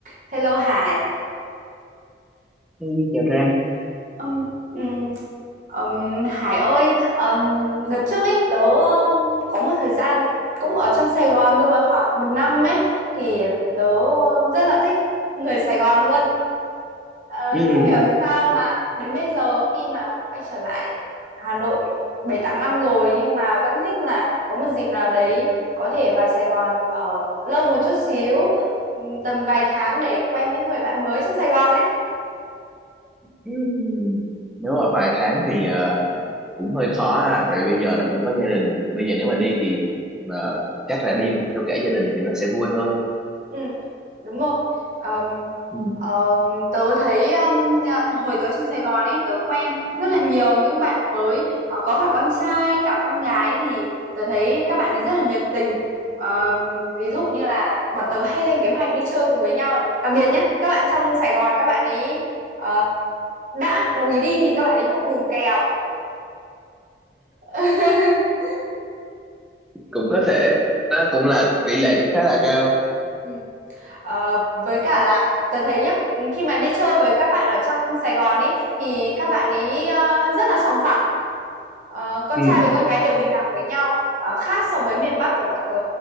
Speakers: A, on the right (about 45°); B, in the centre.
A: Hello Hải
B: Hey, chào Trang.
A: Ừm, ừm, ừm, Hải ơi ừm, đợt trước ấy tớ ừm, có một thời gian cũng ở trong Sài Gòn rơi vào khoảng một năm ấy thì tớ rất là thích người Sài Gòn luôn Ờ,
B: Ừ.
A: không hiểu tại sao mà đến bây giờ khi mà quay trở lại Hà Nội bảy tám năm rồi nhưng mà vẫn thích là có một dịp nào đấy có thể vào Sài Gòn ở lâu một chút xíu ừm, tầm vài tháng để quen những người bạn mới trong Sài Gòn ấy.
B: Ừ. Nếu mà vài tháng thì ờ, cũng hơi khó ha, tại vì bây giờ là cũng có gia đình. Bây giờ nếu mà đi thì mà chắc là đi theo cả gia đình thì nó sẽ vui hơn.
A: Ừ. đúng rồi Ờm,
B: Ừ.
A: ờm, tớ thấy ừm, à, hồi tớ trong Sài Gòn ấy tớ quen rất là nhiều những bạn mới Ờ, có cả con trai cả con gái thì tớ thấy các bạn ấy rất là nhiệt tình Ờm, ví dụ như là bọn tớ hay lên kế hoạch đi chơi cùng với nhau đặc biệt nhé các bạn trong Sài Gòn các bạn ấy ờ, đã đồng ý đi thì các bạn ấy không đùng kèo <laughs>
B: Cũng
A: Ừ,
B: có thể, đó cũng
A: ừ,
B: là tỷ lệ cũng khá là cao.
A: ừ. Ờ, với cả là tớ thấy nhá ừ, khi mà đi chơi với các bạn ở trong Sài Gòn ấy thì các bạn ấy ờ, rất là sòng phẳng Ờ, con
B: Ừ.
A: trai với con gái đều bình đẳng với nhau Ờ, khác so với miền Bắc của bọn tớ